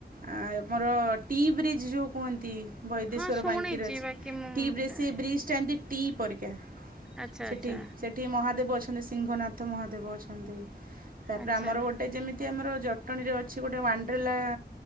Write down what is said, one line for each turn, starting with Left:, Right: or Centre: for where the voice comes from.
Right: ଆମର ଟି ବ୍ରିଜ୍ ଯୋଉ କୁହନ୍ତି। ବୈଦେଶ୍ଵର
Centre: ହଁ ଶୁଣିଛି
Right: ବାଙ୍କିରେ ଅଛି,
Centre: ବାକି ମୁଁ
Right: ଟି ବ୍ରିଜ
Centre: ଜାଣେ
Right: ସେଇ ବ୍ରିଜଟା ଏମିତି ଟି ପରିକା।
Centre: ଆଚ୍ଛା
Right: ସେଠି
Centre: ଆଚ୍ଛା
Right: ସେଠି ମହାଦେବ ଅଛନ୍ତି ସିଂଘନାଥ ମହାଦେବ ଅଛନ୍ତି। ତାପରେ
Centre: ଆଚ୍ଛା
Right: ଆମର ଗୋଟେ ଯେମିତି ଆମର ଜ ଜଟଣୀରେ ଅଛି ଗୋଟେ ୱାଣ୍ଡରଲା